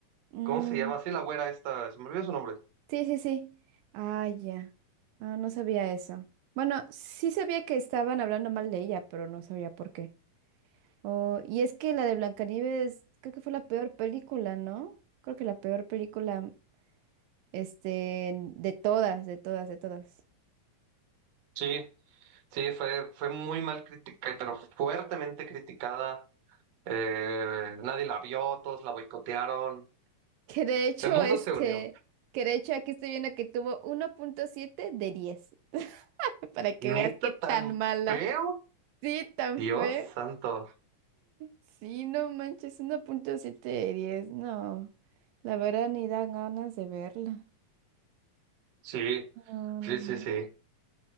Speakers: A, on the right; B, on the right.
A: Mm.
B: ¿cómo se llama? Sí, la güera esta, se me olvidó su nombre.
A: Sí, sí, sí. Ah, ya. Ah, no sabía eso. Bueno, sí sabía que estaban hablando mal de ella, pero no sabía por qué. Oh, y es que la de Blancanieves creo que fue la peor película, ¿no? Creo que la peor película, este, de todas, de todas, de todas. <laughs>
B: Sí, sí, fue, fue muy mal criticada, pero fuertemente criticada. Eh, nadie la vio, todos la boicotearon.
A: Que de hecho,
B: El mundo
A: este,
B: se unió.
A: que de hecho aquí estoy viendo que tuvo uno punto siete de diez <laughs> Para que
B: ¿Neta
A: veas qué
B: tan
A: tan mala.
B: feo?
A: Sí, tan
B: Dios
A: fea.
B: santo.
A: Sí, no manches, 1.7 de 10, no. La verdad ni dan ganas de verla.
B: Sí,
A: No, no,
B: sí,
A: no.
B: sí, sí.